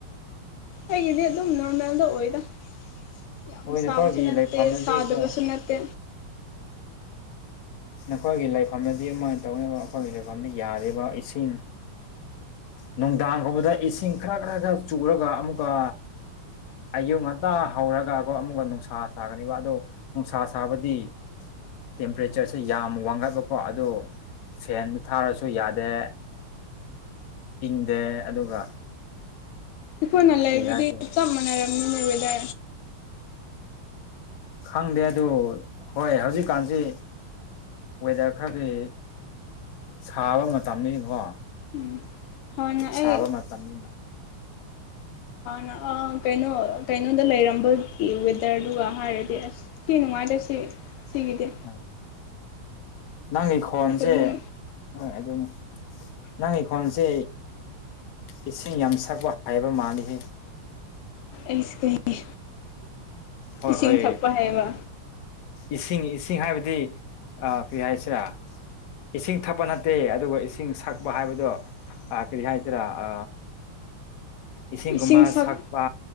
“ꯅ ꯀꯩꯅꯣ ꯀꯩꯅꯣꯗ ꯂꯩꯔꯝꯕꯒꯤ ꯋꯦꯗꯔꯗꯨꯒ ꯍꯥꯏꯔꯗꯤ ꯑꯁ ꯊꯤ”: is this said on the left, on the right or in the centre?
Left